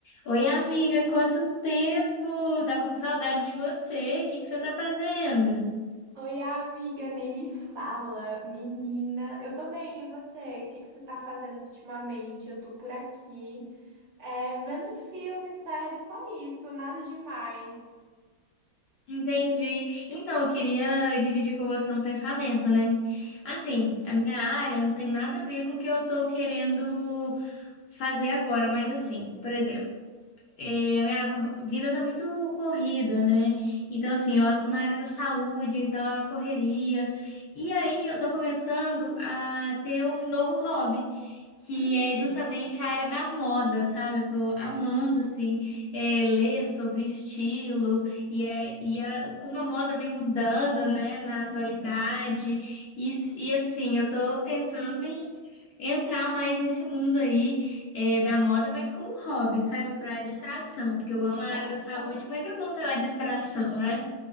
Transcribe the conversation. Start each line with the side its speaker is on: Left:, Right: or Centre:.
Left: Oi, amiga, quanto tempo! Tava com saudade de você. O que que você tá fazendo?
Right: Oi, amiga, nem me fala, menina. Eu tô bem, e você? O que que você tá fazendo ultimamente? Eu tô por aqui, é, vendo filme, série, só isso, nada demais.
Left: Entendi. Então, eu queria dividir com você um pensamento, né? Assim,
Right: Hum.
Left: a minha área não tem nada a ver com o que eu tô querendo fazer agora, mas assim, por exemplo, eh, a minha co- vida tá muito corrida, né? Então, assim, eu atuo na área da saúde, então é uma correria. E aí, eu tô começando a ter um novo hobby. que
Right: Hum,
Left: é justamente a área da moda, sabe? Eu tô amando, assim, é, ler sobre estilo e, é, e a- como a moda vem mudando, né, na atualidade. E, s- e assim, eu tô pensando em entrar mais nesse mundo aí, é, da moda, mas como hobby, sabe? Para distração, porque eu amo a área
Right: aham.
Left: da saúde, mas é bom ter uma distração, né?